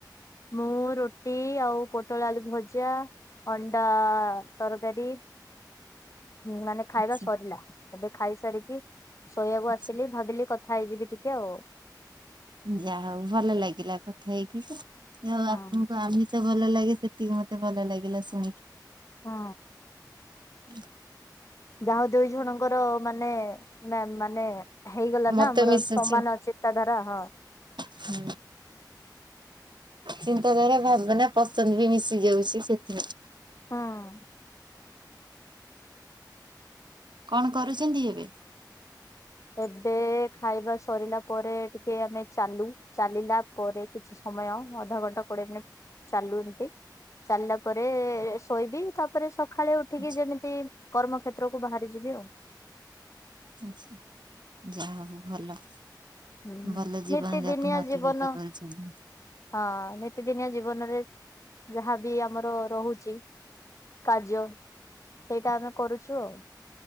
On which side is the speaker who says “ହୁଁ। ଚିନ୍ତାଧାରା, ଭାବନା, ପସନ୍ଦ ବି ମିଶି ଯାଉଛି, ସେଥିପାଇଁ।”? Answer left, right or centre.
Right